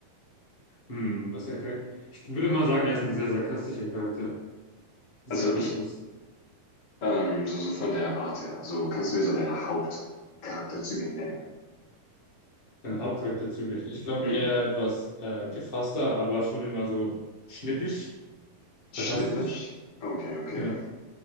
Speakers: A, on the left (about 75°); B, on the left (about 35°).
A: Hm, was er, char- ich würde mal sagen, er ist ein sehr sarkastischer Charakter. Sarkasmus,
B: Also ich Ähm, so, so von der Art her. So, kannst du mir so deine Hauptcharakterzüge nennen?
A: sein Hauptcharakterzug. Ich glaube
B: Hm,
A: eher etwas äh, gefasster, aber schon immer so schnippisch, sarkastisch.
B: schnippisch? Okay, okay.
A: Ja,